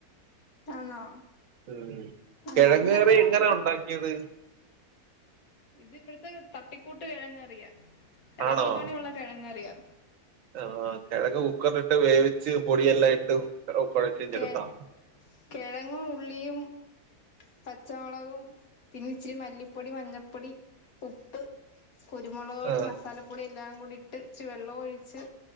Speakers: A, on the left; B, on the right.
A: ആന്നോ
B: ഉം
A: ആഹ്
B: കിഴങ്ങറി
A: അത് നല്ല കോമ്പിനേ
B: എങ്ങനാ ഉണ്ടാക്കിയത്
A: ഇത് ഇവിടുത്തെ തട്ടിക്കൂട്ട് കിഴങ്ങറിയാ എളുപ്പപ്പണിയുള്ള
B: ആണോ
A: കിഴങ്ങറിയാ
B: ആ കെഴങ് കുക്കറിലിട്ട് വേവി കച്ച് പൊടി എല്ലാം ഇട്ട് കൊഴച്ച്ഞ്ഞെടുത്താ
A: കെ കിഴങ്ങും ഉള്ളിയും പച്ചമുളകും പിന്നെ ഇച്ചിരി മല്ലിപ്പൊടി മഞ്ഞപ്പൊടി ഉപ്പ് കുരുമുളക് പൊടി
B: ആ
A: മസാലപ്പൊടി എല്ലാം കൂടി ഇട്ട് ഇച്ച് വെള്ളോം ഒഴിച്ച്